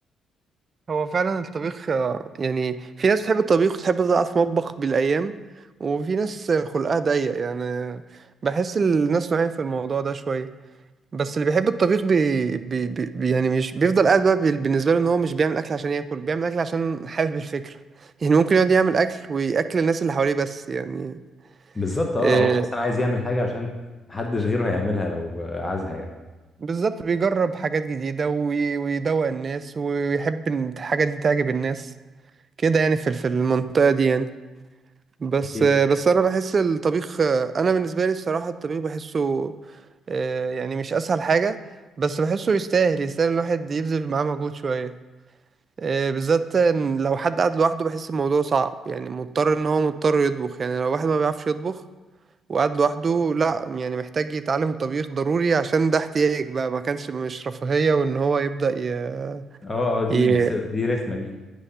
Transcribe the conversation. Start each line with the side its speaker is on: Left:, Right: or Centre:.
Right: هو فعلا الطبيخ آه، يعني في ناس تحب الطبيخ وتحب تفضل قاعدة في مطبخ بالأيام وفي ناس خلقها ضيق يعني بحس الناس نوعين في الموضوع ده شوية بس اللي بيحب الطبيخ بي... بي... بي... يعني مش بيفضل قاعد بقى بال- بالنسبة له ان هو مش بيعمل اكل عشان ياكل بيعمل اكل عشان حابب الفكرة يعني ممكن يقعد يعمل اكل وياكل الناس اللي حواليه بس يعني
Left: بالظبط اه
Right: إيه
Left: هو مثلا عايز يعمل حاجه عشان محدش غيره هيعملها لو آه، عايزها يعني
Right: بالظبط بيجرب حاجات جديدة وي... ويدوق الناس ويحب ان الحاجة دي تعجب الناس كده يعني في في المنطقة دي يعني بس
Left: اكيد
Right: بس انا بحس الطبيخ انا بالنسبة لي الصراحة الطبيخ بحسه آه، يعني مش اسهل حاجة بس بحسه يستاهل يستاهل الواحد يبذل معاه مجهود شوية آه، بالذات إن لو حد قاعد لوحده بحس الموضوع صعب يعني مضطر ان هو مضطر يطبخ يعني لو واحد ما بيعرفش يطبخ وقاعد لوحده لا يعني محتاج يتعلم الطبيخ ضروري عشان ده احتياج بقى ما كانش مش رفاهية وان هو يبدأ ي...
Left: اه اه دي
Right: ي...
Left: بس- دي رخمه دي